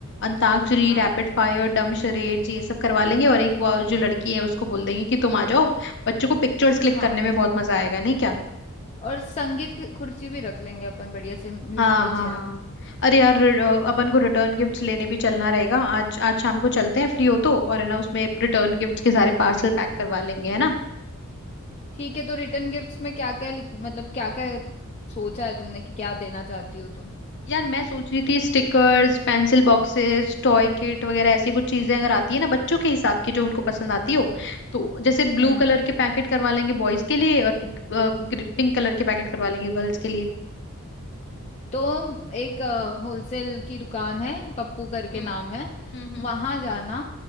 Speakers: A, on the left; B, on the left.
A: Antakshari
B: हाँ
A: rapid fire dumb charades ये सब करवा लेंगे और एक वो जो लड़की है उसको बोल देंगे कि तुम आ जाओ बच्चों को पिक्चर्स क्लिक
B: हाँ
A: करने में बहुत मजा आएगा नहीं क्या
B: और संगीत की कुर्सी भी रख लेंगे अपन बढ़िया से म्यूजिकल
A: हाँ हाँ
B: चेयर
A: हाँ अरे यार अ, अपन को रिटर्न गिफ्ट्स लेने भी चलना रहेगा आज आज शाम को चलते हैं फ्री हो तो और है ना उसमें रिटर्न गिफ्ट्स के सारे पार्सल पैक करवा लेंगे है ना
B: ठीक है तो रिटर्न गिफ्ट्स में क्या क्या मतलब क्या क्या सोचा है तुमने कि क्या देना चाहती हो तुम
A: यार मैं सोच रही थी stickers pencil boxes toy kit वगैरह ऐसी कुछ चीजें अगर आती है ना बच्चों के हिसाब की जो उनको पसंद आती हो तो जैसे ब्लू
B: हम्म
A: कलर के पैकेट करवा लेंगे बॉयज के लिए और पिंक कलर के पैकेट करवा लेंगे गर्ल्स के लिए
B: तो एक होलसेल की दुकान है पप्पू करके
A: हम्म
B: नाम है
A: हम्म हम्म
B: वहां जाना